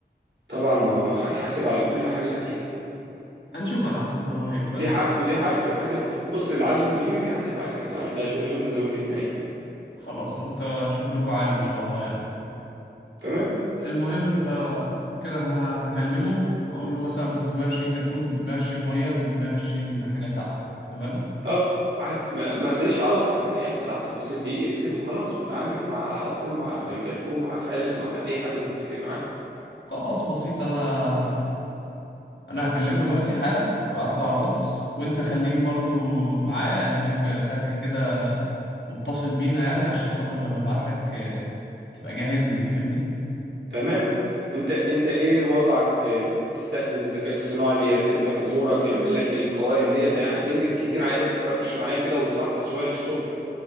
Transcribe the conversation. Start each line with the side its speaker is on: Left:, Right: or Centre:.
Right: طبعا ما هو هيحاسب على كل حاجة هتيجي
Left: هنشوف على حسب اللي هو هيقبله
Right: دي
Left: يعني
Right: حاجته دي حاجته يحاسب بص العدد اللي يجي بيحاسب عليه احنا ده شغلنا من زمان جدا يعني
Left: خلاص انت شغلكوا عالي ما شاء الله يعني
Right: تمام
Left: المهم ف كده احنا هكلمه اقول له مثلا 320 جاتوه 320 مية 320 حاجة ساقعة تمام
Right: اه عادي ما ما- ماليش علاقة يعني أكد على التفاصيل دي اكتب وخلاص وتعامل مع على طول مع الجاتوه مع خالد مع أي حد متفق معاه
Left: خلاص بسيط انا انا هكلمه دلوقتي حالا ابعت له على الواتس وانت خليك برضو معايا يعني خليك فاتح كده متصل بينا يعني عشان خاطر لما ابعت لك تبقى جاهز لي فاهمني
Right: تمام وانت انت ايه وضعك بتستخدم الذكاء الصناعي بيرتب لك امورك يعمل لك القوائم ديت يعني هتنجز كتير عايزك تفرفش معايا كده وتصحصح شويه للشغل